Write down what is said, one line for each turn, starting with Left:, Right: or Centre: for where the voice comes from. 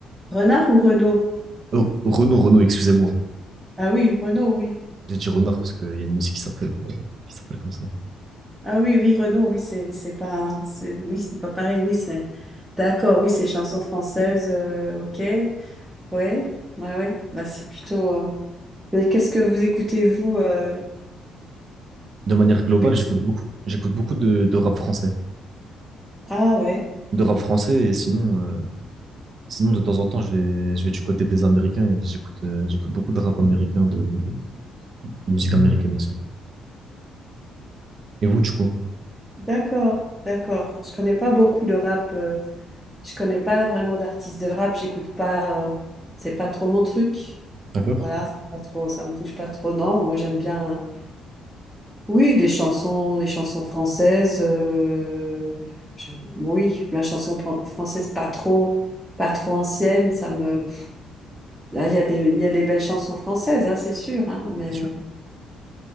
Centre: Renard ou Renaud?
Right: Oh, Renaud, Renaud, excusez-moi.
Centre: Ah oui, Renaud, oui.
Right: J'ai dit Renard parce qu'il y a une musique qui s'appelle euh, qui s'appelle comme ça.
Centre: Ah oui, oui, Renaud, oui, c'est c'est pas, c'est, oui, c'est pas pareil, oui, c'est. D'accord, oui, c'est chansons françaises, euh, ok. Ouais, ouais, ouais. Bah, c'est plutôt. euh, Mais qu'est-ce que vous écoutez vous? euh,
Right: De manière globale,
Centre: perso-
Right: j'écoute beaucoup, j'écoute beaucoup de, de rap français.
Centre: Ah ouais.
Right: De rap français, et sinon, euh, sinon de temps en temps, je vais, je vais du côté des Américains et j'écoute euh, j'écoute beaucoup de rap américain, de, de musique américaine aussi. Et vous, du coup?
Centre: D'accord, d'accord. Je connais pas beaucoup de rap. euh, je connais pas vraiment d'artistes de rap. J'écoute pas. euh, c'est pas trop mon truc.
Right: D'accord?
Centre: Voilà, c'est pas trop. Ça me touche pas trop, non. Moi, j'aime bien. Oui, des chansons, des chansons françaises. euh, je- oui, la chanson fran- française pas trop, pas trop ancienne. Ça me. Là, il y a des, il y a des belles chansons françaises, hein, c'est sûr. Hein, mais
Right: C'est sûr.